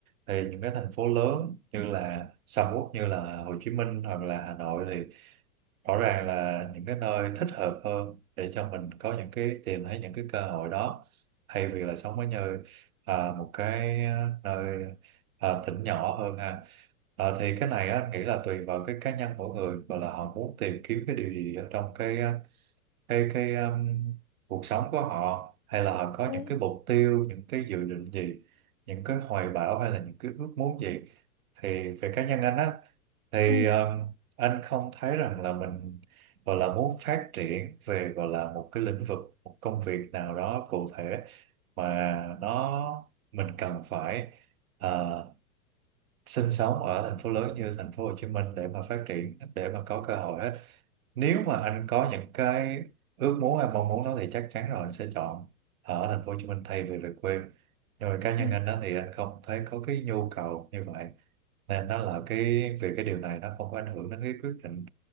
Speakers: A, on the right; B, on the left.
A: thì những cái thành phố lớn như là sầm uất như là Hồ Chí Minh hoặc là Hà Nội thì rõ ràng là những cái nơi thích hợp hơn để cho mình có những cái tìm thấy những cái cơ hội đó hay việc là sống ở như à, một cái à, nơi à, tỉnh nhỏ hơn ha À, thì cái này á, anh nghĩ là tùy vào cái cá nhân mỗi người và là họ muốn tìm kiếm cái điều gì ở trong cái à, cái cái um, cuộc sống của họ hay là họ có
B: ừ.
A: những cái mục tiêu những cái dự định gì những cái hoài bão hay là những cái ước muốn gì thì về cá nhân anh á thì
B: Ừ.
A: um, anh không thấy rằng là mình gọi là muốn phát triển về gọi là một cái lĩnh vực một công việc nào đó cụ thể mà nó mình cần phải ờ, sinh sống ở thành phố lớn như thành phố Hồ Chí Minh để mà phát triển để mà có cơ hội hết nếu mà anh có những cái ước muốn hay mong muốn đó thì chắc chắn rồi anh sẽ chọn ở thành phố Hồ Chí Minh thay vì về quê nhưng mà cá nhân
B: ừ.
A: anh đó thì anh không thấy có cái nhu cầu như vậy nên nó là cái về cái điều này nó không có ảnh hưởng đến cái quyết định